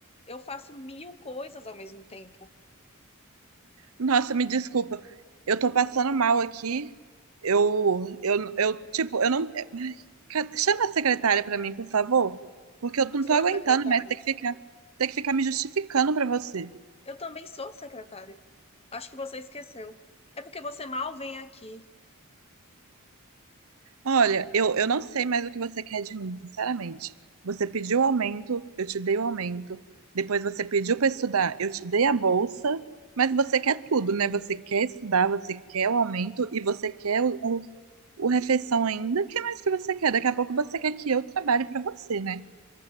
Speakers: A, on the left; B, on the right.
A: Eu faço mil coisas ao mesmo tempo.
B: Nossa, me desculpa. Eu tô passando mal aqui. Eu, eu, eu, tipo, eu não. Ai, ca- Chama a secretária pra mim, por favor, porque eu
A: Eu
B: não
A: sou
B: tô aguentando
A: a secretária.
B: mais ter que ficar, ter que ficar me justificando pra você.
A: Eu também sou secretária. Acho que você esqueceu. É porque você mal vem aqui.
B: Olha, eu, eu não sei mais o que você quer de mim, sinceramente. Você pediu aumento, eu te dei o aumento. Depois você pediu para estudar, eu te dei a bolsa. Mas você quer tudo, né? Você quer estudar, você quer o aumento e você quer o, o, o refeição ainda. O que mais que você quer? Daqui a pouco você quer que eu trabalhe para você, né?